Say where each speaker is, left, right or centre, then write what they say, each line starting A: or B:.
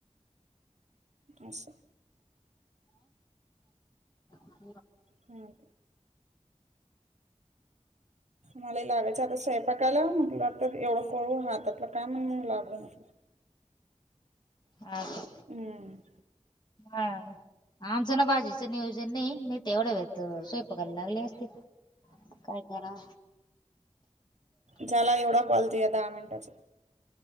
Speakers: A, on the right (about 70°); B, on the left (about 35°).
A: असं
B: <inaudible> आ
A: हं मला लागायचं आता स्वयंपाकाला म्हटलं आता एवढं करू हात त्यातलं काय म्हण लागलं म्हटल
B: हा का?
A: हम्म
B: हा आमचं ना भाजीचं नियोजन नाही मी तेवढं वेल तर स्वय कर लागले असते काय करा
A: झाला एवढा कॉलच आहे दहा मिनिटाचा